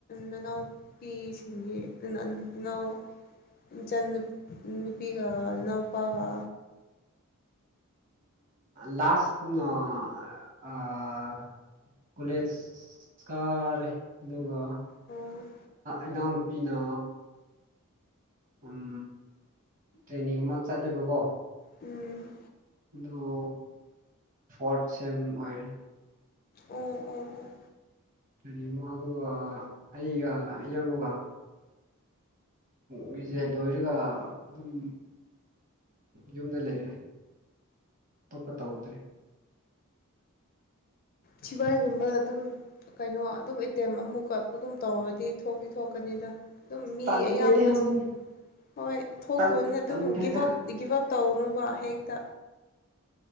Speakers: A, on the left (about 45°); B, on the right (about 40°).
A: ꯅꯅꯥꯎꯄꯤꯁꯤꯡꯗꯤ ꯅꫭ ꯏꯆꯟ ꯅꯨꯄꯤꯒ ꯅꯥꯎꯄꯥꯒꯥ
B: ꯂꯥꯁꯅ ꯑꯥ ꯀꯣꯂꯦꯖ ꯀꯔꯦ ꯑꯗꯨꯒ
A: ꯑꯣ
B: ꯏꯅꯥꯎ ꯅꯨꯄꯤꯅ ꯎꯝ ꯇ꯭ꯔꯦꯟꯅꯤꯡ ꯑꯃ ꯆꯠꯂꯤꯕꯀꯣ
A: ꯎꯝ
B: ꯑꯗꯨ ꯐꯣꯔꯠ ꯁꯦꯝ ꯑꯣꯏꯔꯦ
A: ꯑꯣ ꯑꯣ ꯑꯣ
B: <unintelligible> ꯑꯩꯒ ꯏꯌꯝꯕꯒꯥ ꯕꯤꯖꯦꯠ ꯂꯣꯏꯔꯒ ꯑꯗꯨꯝ ꯌꯨꯝꯗ ꯂꯩꯔꯦ ꯑꯇꯣꯞꯄ ꯇꯧꯗ꯭ꯔꯦ
A: ꯁꯤꯚꯏꯒꯨꯝꯕ ꯑꯗꯨꯝ ꯀꯩꯅꯣ ꯑꯗꯨꯝ ꯑꯇꯦꯝ ꯑꯃꯨꯛꯀ ꯑꯗꯨꯝ ꯇꯧꯔꯗꯤ ꯊꯣꯛꯇꯤ ꯊꯣꯛꯀꯅꯤꯗ ꯑꯗꯨꯝ ꯃꯤ
B: ꯇꯜꯂꯦꯗ
A: ꯑꯌꯥꯝꯕꯁꯦ
B: ꯍꯧ
A: ꯍꯣꯏ ꯊꯣꯛꯇꯕꯅꯤꯅ
B: ꯇꯟ
A: ꯑꯗꯨꯝ
B: ꯇꯟꯈ꯭ꯔꯦꯗ
A: ꯒꯤꯐ ꯑꯞ ꯒꯤꯞ ꯑꯞ ꯇꯧꯅꯨꯕ ꯍꯦꯛꯇ